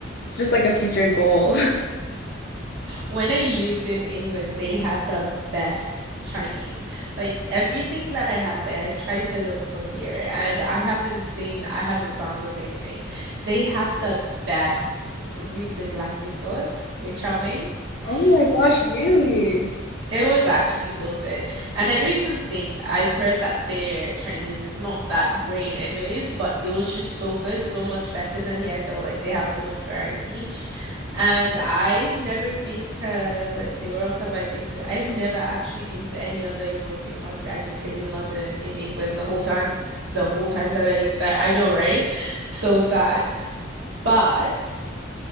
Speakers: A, on the left; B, on the right.
A: just like a future goal. <laughs>
B: When I lived in England, they had the best Chinese. Like everything that I had there, I've tried to look for here, and I haven't seen, I haven't found the same thing. They had the best ribs and black bean sauce with chow mein. So,
A: Oh my gosh, really?
B: it was actually so good. And I don't even think I've heard that their Chinese is not that great anyways, but it was just so good, so much better than here. I feel like they have so much variety and I've never been to, let's see, where else have I been to? I've never actually been to any other European country. I just stayed in London, in England the whole time, the whole time that I lived there. I know, right? So sad. But